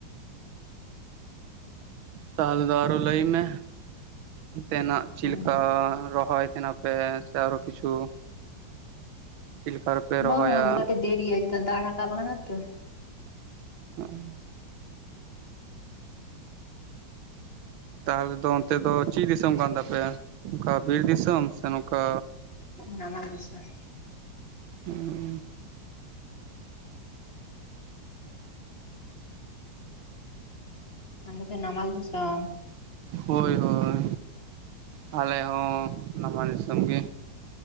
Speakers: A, on the right (about 80°); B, on the left (about 30°).
A: ᱛᱟᱦᱚᱞᱮ ᱫᱚ ᱟᱨᱚ ᱞᱟᱹᱭ ᱢᱮ ᱚᱱᱛᱮᱱᱟᱜ ᱪᱮᱫ
B: ᱦᱩᱸ
A: ᱞᱮᱠᱟ ᱨᱚᱦᱚᱭ? <unintelligible> ᱯᱮ ᱥᱮ ᱟᱨᱚ ᱠᱤᱪᱷᱩ ᱪᱮᱫ ᱞᱮᱠᱟ
B: ᱵᱟᱝ
A: ᱨᱚᱦᱚᱭᱟ
B: ᱟ <unintelligible> ᱫᱮᱨᱤ-ᱟ ᱪᱮᱫᱟᱜ ᱫᱟᱜ ᱨᱟᱠᱟᱵ ᱠᱟᱫᱟ ᱛᱚ᱾
A: <inaudible> ᱛᱟᱦᱚᱞᱮ ᱫᱚ ᱚᱱᱛᱮ ᱫᱚ ᱪᱮᱫ ᱫᱤᱥᱚᱢ ᱠᱟᱱ ᱛᱟᱯᱮᱭᱟ? ᱚᱱᱠᱟ ᱵᱤᱨ ᱫᱤᱥᱚᱢ ᱥᱮ ᱱᱚᱝᱠᱟ
B: ᱱᱟᱢᱟᱞ ᱫᱤᱥᱚᱢ᱾
A: <inaudible>
B: ᱟᱞᱮ ᱫᱚ ᱱᱟᱢᱟᱞ ᱫᱤᱥᱚᱢ᱾
A: ᱦᱳᱭ ᱦᱳᱭ, ᱟᱞᱮ ᱦᱚᱸ ᱱᱟᱢ ᱫᱤᱥᱚᱢ ᱜᱮ᱾